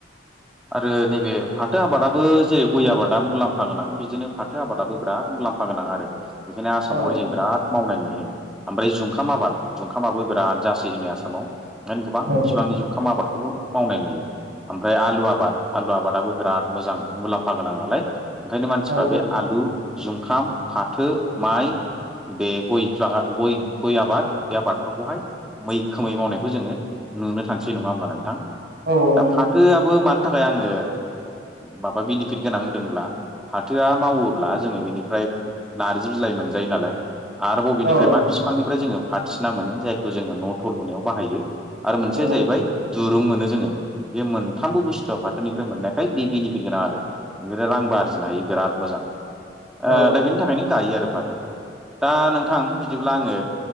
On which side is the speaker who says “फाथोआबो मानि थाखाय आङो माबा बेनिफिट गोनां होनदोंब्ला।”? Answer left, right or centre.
Centre